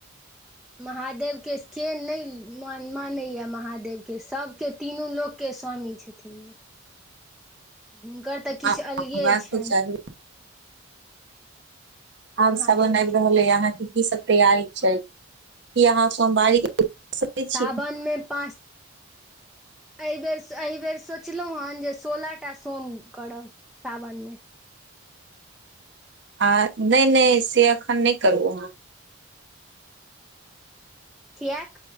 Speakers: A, in the centre; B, on the right.
A: महादेव के के नैय मानैया महादेव के सब के तीनू लोक के स्वामी छैय छथि नै। हुनकर तऽ
B: हेबाको
A: किछ अलगे छैन
B: चाही आब
A: महादेवके
B: सावन रहल ऐ आहाँ के की सब तैयारी छैय की आहाँ सोमवारी करै
A: साावन
B: छी
A: मे पाँच एहिबर एहिबेर सोचलो हँ जे सोलह टा सोम करब साावन मे
B: आ नैय- नैय से अखन नैय करू आहाँ
A: कियाक